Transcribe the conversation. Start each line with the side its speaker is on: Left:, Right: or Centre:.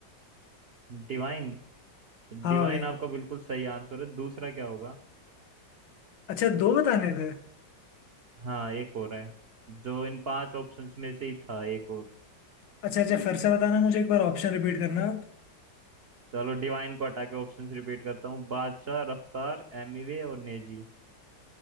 Right: डिवाइन डिवाइन
Left: हाँ भाई
Right: आपका बिल्कुल सही आंसर है दूसरा क्या होगा
Left: अच्छा दो बताने थे
Right: हाँ एक और है जो इन पांच ऑप्शंस में से ही था एक और
Left: अच्छा अच्छा फिर से बताना मुझे एक बार ऑप्शन रिपीट करना आप।
Right: चलो डिवाइन को हटा के ऑप्शंस रिपीट करता हूँ बादशाह रफ्तार एमिवे और नेजी